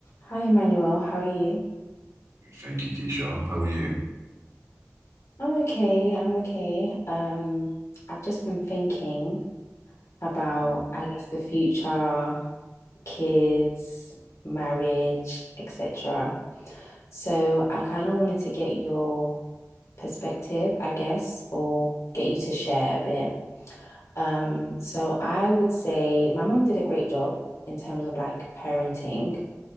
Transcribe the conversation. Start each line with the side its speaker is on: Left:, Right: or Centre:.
Left: Hi, Emmanuel. How are you?
Right: Thank you, Keisha. How are you?
Left: I'm okay. I'm okay. Um, I've just been thinking about,
Right: Mm.
Left: I guess, the future, kids, marriage, etc. So I kind of wanted to get your perspective, I guess, or get you to share a bit. Um, so I would say my mom did a great job in terms of like parenting,